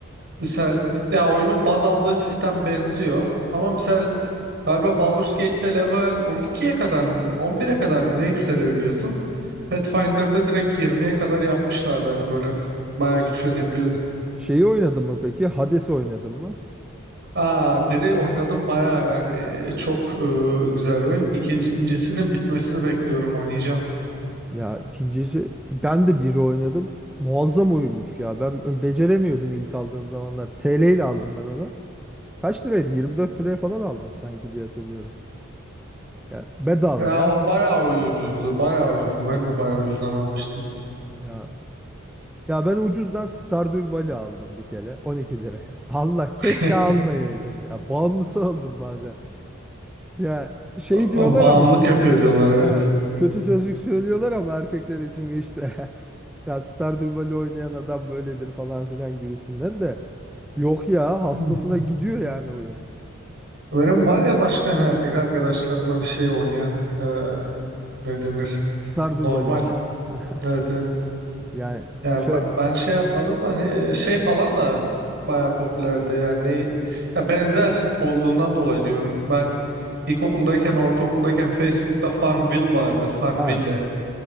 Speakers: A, on the right; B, in the centre.
A: misal ya oyunun baz aldığı sistem benziyor. Ama misal galiba Baldur's Gate'te level 12'ye kadar mı 11'e kadar mı ne yükselebiliyorsun? Pathfinder'da direkt 20'ye kadar yapmışlardı hani böyle bayağı güçlenebiliyordun.
B: Şeyi oynadın mı peki? Hades'i oynadın mı?
A: Aa, biri oynadım bayağı yani e, çok e, güzel oyun. İkincisinin bitmesini bekliyorum oynayacağım.
B: Ya ikincisi ben de biri oynadım. Muazzam oyunmuş ya. Ben beceremiyordum ilk aldığım zamanlar. TL ile aldım ben onu. Kaç liraydı? 24 liraya falan aldım sanki diye hatırlıyorum. Ya bedava
A: Ya
B: ya.
A: o bayağı ucuzdu, bayağı ucuzdu. Ben de bayağı ucuzdan almıştım.
B: Ya ya ben ucuzdan Stardew Valley aldım bir kere 12 liraya. <laughs> Allah keşke
A: <laughs>
B: almayaydım ya. Bağımlısı oldum bazen. Ya şey diyorlar
A: Ama Bağımlılık
B: ama
A: yapıyor diyorlar evet.
B: Aha, kötü sözcük söylüyorlar ama erkekler için işte <laughs> ya Stardew Valley oynayan adam böyledir falan filan gibisinden de yok ya hastasına
A: Hmm.
B: gidiyor yani oyun.
A: Benim var ya başka hani erkek arkadaşlarım hani şey oynayan e, ne denir?
B: Stardew
A: Normal.
B: Valley oyna. <laughs>
A: Evet evet.
B: Yani
A: Ya
B: şey
A: b- ben şey yapmadım da hani e, şey falan da baya popülerdi yani ne- ya benzer olduğundan dolayı diyorum. Ben ilkokuldayken ortaokuldayken Facebook'ta Farmville vardı Farmville.
B: ha